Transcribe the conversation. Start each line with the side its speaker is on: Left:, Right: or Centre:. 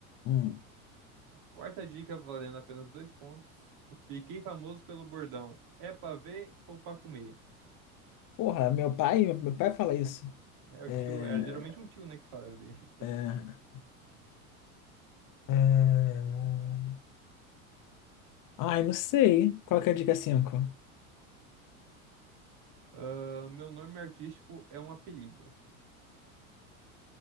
Left: Hum.
Right: Quarta dica, valendo apenas dois pontos. Fiquei famoso pelo bordão. É pra ver ou pra comer?
Left: Porra, meu pai, meu pai fala isso.
Right: É o
Left: É.
Right: tio, é geralmente um tio, né, que fala dele. <laughs>
Left: É. é... Ai, não sei. Qual que é a dica cinco
Right: Ah, meu nome artístico é um apelido.